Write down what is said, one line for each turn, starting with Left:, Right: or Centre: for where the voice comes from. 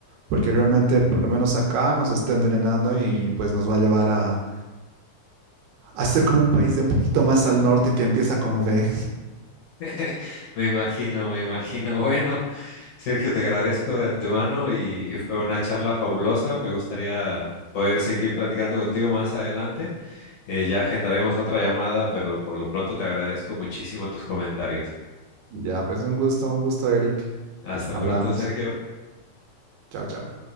Right: porque realmente por lo menos acá nos está envenenando y pues nos va a llevar a, a ser como un país de un poquito más al norte que empieza con V.
Left: <laughs> Me imagino, me imagino. Bueno, Sergio, te agradezco de antemano y, y fue una charla fabulosa. Me gustaría poder seguir platicando contigo más adelante. Eh, ya agendaremos otra llamada, pero por lo pronto te agradezco muchísimo tus comentarios.
Right: Ya, pues un gusto, un gusto, Eric.
Left: Hasta
Right: Hablamos.
Left: pronto, Sergio.
Right: Chao, chao.